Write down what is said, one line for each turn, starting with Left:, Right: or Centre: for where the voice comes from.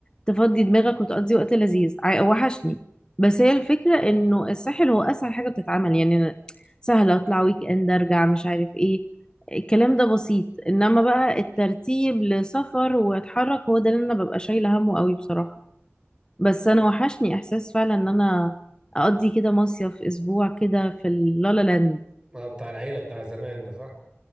Left: تفضي دماغك وتقضي وقت لذيذ عا- وحشني بس هي الفكره انه الساحل هو اسهل حاجه بتتعمل يعني أنا سهل اطلع ويك اند ارجع مش عارف ايه الكلام ده بسيط انما بقى الترتيب لسفر واتحرك هو ده اللي انا ببقى شايله همه قوي بصراحه بس انا وحشني احساس فعلا ان انا اقضي كده مصيف اسبوع كده في اللالا لاند
Right: ما بتاع العيلة بتاع زمان ده صح